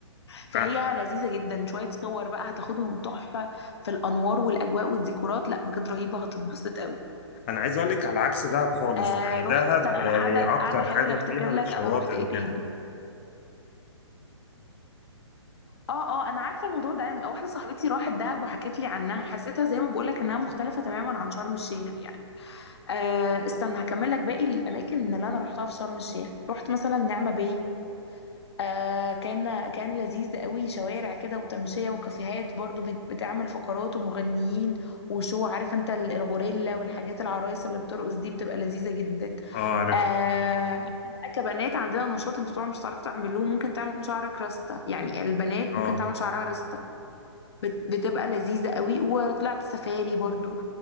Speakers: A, on the left (about 60°); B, on the left (about 25°).
A: فهي
B: آه.
A: لذيذة جدا شوية صور بقى هتاخدهم تحفة في الأنوار والأجواء والديكورات لا بجد رهيبة هتتبسط قوي
B: انا عايز اقول لك على عكس دهب خالص
A: آه
B: يعني
A: رحت
B: دهب
A: استنى
B: آه،
A: أنا قاعدة
B: هي اكتر
A: قاعدة أحاول
B: حاجه
A: أفتكر
B: فيها
A: لك
B: الشواطئ
A: أنا رحت إيه
B: وكده
A: تاني اه اه انا عارفه الموضوع ده واحده صاحبتي راحت دهب وحكت لي عنها حسيتها زي ما بقول لك انها مختلفه تماما عن شرم الشيخ يعني آه استنى هكمل لك باقي الاماكن اللي انا رحتها في شرم الشيخ رحت مثلا نعمه باي آه كان كان لذيذ قوي شوارع كده وتمشية وكافيهات برضو بت- بتعمل فقرات ومغنيين وشو عارف انت ال- الغوريلا والحاجات العرايس اللي بترقص دي بتبقى لذيذة جدا
B: اه عارفها
A: آه احنا بقى كبنات عندنا نشاط انتوا طبعا مش هتعرفوا تعملوه ممكن تعمل شعرك راستة يعني البنات
B: اه
A: ممكن تعمل شعرها راستة بت- بتبقى لذيذة قوي وطلعت سفاري برضو